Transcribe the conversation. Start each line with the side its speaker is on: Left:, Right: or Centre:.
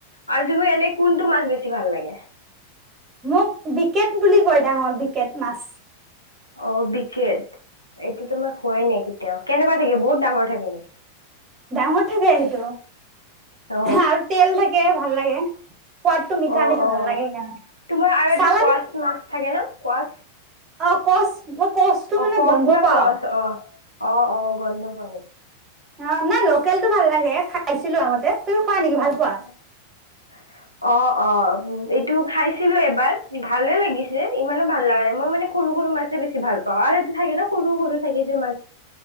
Left: আৰু তুমি এনে, কোনটো মাছ বেছি ভাল লাগে?
Right: মোক বিকেত বুলি কয়, ডাঙৰ বিকেত মাছ।
Left: অ', বিকেত, এইটোতো মই খোৱাই নাই কেতিয়াও, কেনেকুৱা থাকে বহুত ডাঙৰ থাকে নেকি।
Right: ডাঙৰ থাকে সেইটো,
Left: অ
Right: আৰু তেল থাকে ভাল লাগে। সোৱাদটো মিঠা,
Left: অ
Right: মিঠা
Left: অ
Right: ভাল লাগে সেইকাৰণে,
Left: তোমাৰ আৰু এটা
Right: চালানি
Left: কোৱাচ মাছ থাকে ন' কোৱাত।
Right: অ', কৰ্চ মই কৰ্চটো মানে
Left: কচ
Right: গোন্ধ
Left: না
Right: পাওঁ।
Left: কচ অ'। অ', অ', গোন্ধ পোৱা নেকি।
Right: অ', নাই লোকেলটো ভাল লাগে, খাইছিলো আগতে, তুমি খোৱা নেকি ভাল পোৱা।
Left: <inaudible> অ', অ', এইটো খাইছিলো এবাৰ, ভালে লাগিছে ইমানো ভাল লগা নাই। মই মানে সৰু, সৰু মাছে বেছি ভাল পাওঁ আৰু এইটো থাকে ন' সৰু, সৰু থাকে যে মাছ।